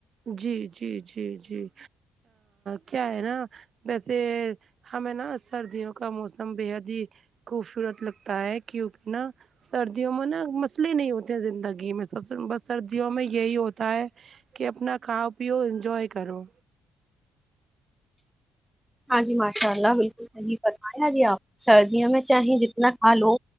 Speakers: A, on the right; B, in the centre.
A: جی جی جی جی کیا ہے نا ویسے ہمیں نا سردیوں کا موسم بےحد ہی خوبصورت لگتا ہے کیونکہ نا سردیوں میں نا مسئلے نہیں ہوتے ہیں زندگی میں بس سردیوں میں یہی ہوتا ہے کہ اپنا کاؤ پیو انجوائے کرو
B: ہاں جی ماشاء اللہ بالکل صحیح فتمایا ا جی آپ سردیوں میں چاہیں جتنا کھا لو